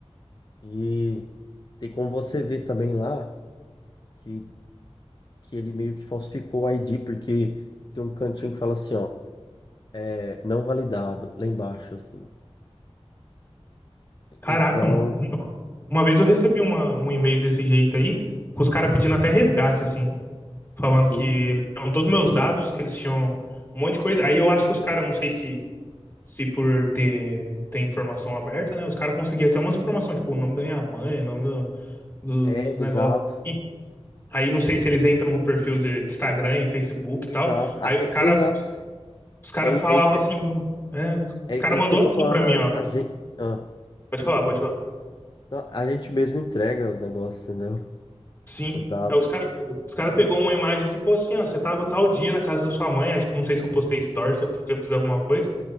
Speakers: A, on the left; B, on the left.
A: E tem como você ver também lá que, que ele meio que falsificou o ID, porque tem um cantinho que fala assim, ó é, não validado, lá embaixo, assim.
B: Caraca,
A: Então,
B: mano. Uma uma vez eu recebi uma, um e-mail desse jeito aí, com os caras pedindo até resgate, assim, falando
A: sim,
B: que eles tinham todos meus dados, que eles tinham um monte de coisa. Aí eu acho que os caras, não sei se se por ter, ter informação aberta, né? Os caras conseguiam até umas informações, tipo, o nome da minha mãe, o nome do,
A: é
B: do negócio.
A: exato,
B: E aí não sei se eles entram no perfil de, de Instagram e Facebook
A: exato,
B: e tal.
A: ah,
B: Aí os
A: é,
B: cara,
A: exato.
B: os cara
A: É,
B: falavam
A: é isso que,
B: assim, né? Os
A: é, é
B: cara mandou
A: isso que eu tô
B: assim
A: falando,
B: pra mim,
A: a,
B: ó.
A: a gente, ah,
B: Pode falar, pode falar.
A: então, a gente mesmo entrega os negócios, entendeu?
B: Sim.
A: Os dados.
B: Aí os cara, os cara pegou uma imagem assim, pô, assim, ó, você tava tal dia na casa da sua mãe, acho que não sei se eu postei stories, se eu se eu fiz alguma coisa.